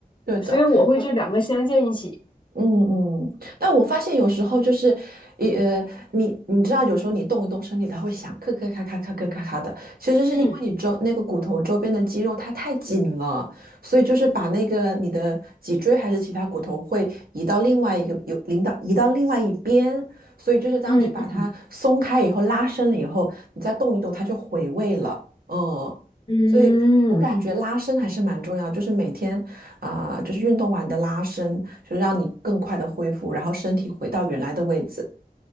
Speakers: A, on the right (about 80°); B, on the left (about 30°).
A: 对的。
B: 所以我会这两个相间一起。
A: 嗯嗯，但我发现有时候就是，一呃，你你知道，有时候你动一动身体，它会响，咔咔咔咔咔咔咔咔的。其实是因为你周那个骨头周边的肌肉它太紧了，
B: 嗯
A: 所以就是把那个你的脊椎还是其他骨头会移到另外一个有领到移到另外一边，所以就是当你把它松开以后，
B: 嗯嗯
A: 拉伸了以后，你再动一动，它就回位了。嗯，所以我感觉拉伸还是蛮重要，
B: 嗯，
A: 就是每天。啊、就是运动完的拉伸，就是让你更快的恢复，然后身体回到原来的位置。